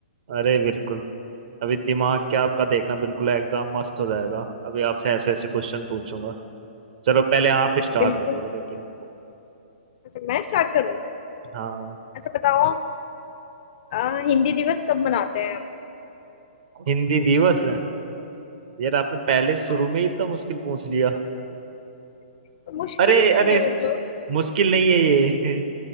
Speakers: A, on the right; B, on the left.
A: अरे बिल्कुल अभी दिमाग क्या आपका देखना बिल्कुल एग्जाम मस्त हो जाएगा अभी आपसे ऐसे ऐसे क्वेश्चन पूछूंगा चलो पहले आप स्टार्ट
B: बिल्कुल
A: करो लेकिन
B: अच्छा मैं स्टार्ट करूँ
A: हाँ
B: अच्छा बताओ अ, हिंदी दिवस कब मनाते हैं
A: हिंदी दिवस है यार आपने पहले
B: हाँ
A: शुरू में ही इतना मुश्किल पूछ लिया
B: तो मुश्किल
A: अरे
B: नहीं
A: अरे
B: है
A: स-
B: मतलब
A: मुश्किल नहीं है ये